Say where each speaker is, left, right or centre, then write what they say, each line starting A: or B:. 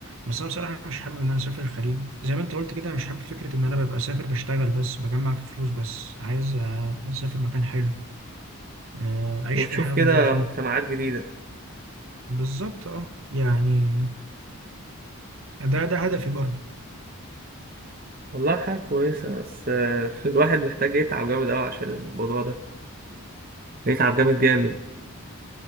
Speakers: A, on the right (about 65°); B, on the right (about 40°).
A: بس أنا بصراحة مش حابب إن أنا أسافر الخليج زي ما أنت قلت كده مش حابب فكرة إن أنا ببقى سافر بشتغل بس بجمع في فلوس بس عايز آه، أسافر مكان حلو آه، أعيش
B: وتشوف
A: فيه حياة
B: كده
A: نظيفة
B: مجتمعات جديدة
A: بالظبط أه يعني ده ده هدفي برضه
B: والله حاجة كويسة بس آه، الواحد محتاج يتعب جامد أوي عشان الموضوع ده يتعب جامد جامد